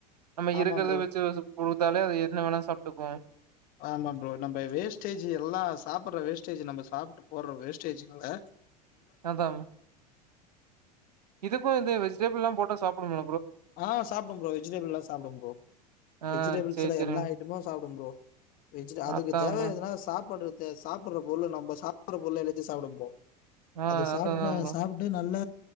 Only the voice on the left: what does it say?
ஆமா
ப்ரோ
ஆமா ப்ரோ நம்ம வேஸ்டேஜ் எல்லாம் சாப்பிடுற வேஸ்டேஜ் நம்ம சாப்ட்டு போடுற வேஸ்டேஜ்ங்கல
ஆஹ் சாப்பிடும் புரோ வெஜிடபிள் எல்லாம் சாப்பிடும் புரோ
வெஜிடபிள்ஸ்ல
எல்லா ஐட்டமும் சாப்டும் புரோ அதுக்கு
தேவ
எதுனா சாப்பிடுற இந்த சாப்பற பொருள் நம்ம சாப்டுற பொருள் எல்லாத்தையும் சாப்டும் புரோ
அது சாப்டா
சாப்புட்டு நான் நல்ல